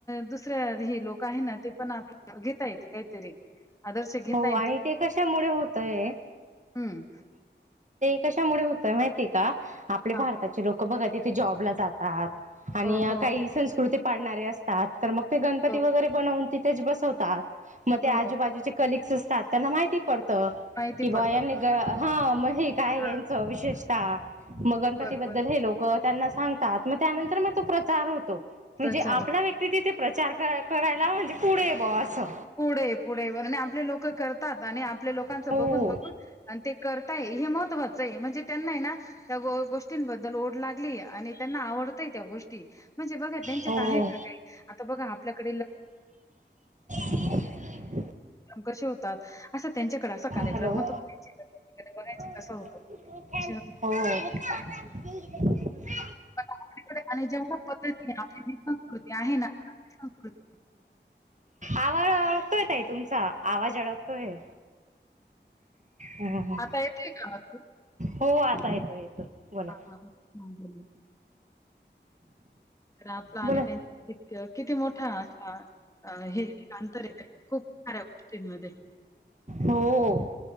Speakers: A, on the left; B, on the right.
A: दुसऱ्या हे लोक आहे ना ते पण आपल्या घे य कायतरी आदर्श घेताय
B: हो आणि ते कशामुळे होतय.
A: हं.
B: कशामुळे होत माहितीय का आपले
A: हां.
B: भारताचे लोक बघा तिथे जॉबला जातात. आणि
A: हो, हो, हो,
B: काही संस्कृती पाडणारे असतात. तर मग ते गणपती
A: हो,
B: वगैरे बनवून त ते बसवतात मग ते आजूबाजूचे
A: हो.
B: कलीग्स असतात त्यांना माहिती पडत
A: माहिती
B: की बुवा
A: पडतं
B: यानी
A: बरोबर
B: ग
A: आहे.
B: हा मही काय
A: हां,
B: यांच विशेषतः मग गणपतीबद्दल
A: बरोबर आहे.
B: हे लोक त्यांना सांगतात मग त्यानंतर मग तो प्रचार होतो. तो म्हणजे
A: प्रचार
B: आपला व्यक्ती तिथे प्रचार करायला म्हणजे पुढे ब असं.
A: पुढे पुढे आणि आपले लोक करतात आणि आपल्या लोकांच
B: हो
A: बघून बघून आणि ते कर हे महत्वाचं आहे म्हणजे त्यांना ना त्या गोष्टींबद्दल ओढ लागली आणि त्यांना आवडत. त्या गोष्टी म्हणजे बघा त्यांच्यात
B: हो
A: आहे का काही आता बघा आपल्याकडे
B: <inaudible>
A: कशी होतात. असं त्यांच्याकडे असा कार्यक्रम
B: हॅलो
A: होतो त्यांच्याकडे बघाय
B: हो
A: कस होत होत
B: <unintelligible>
A: आपल्याकडे आणि जेव्हा पतच नाही आपली ही संस्कृती आहे ना. संस्कृती
B: आवाज अळकतोय ताई तुमचा आवाज अड होय हा.
A: आता येतोय का आवाज
B: हो आता येतो येतोय. बोला
A: ह हा ह तर. आणि
B: बोला
A: त्यांनी किती मोठा असा हे अंतर खूप तीन मध्ये.
B: हो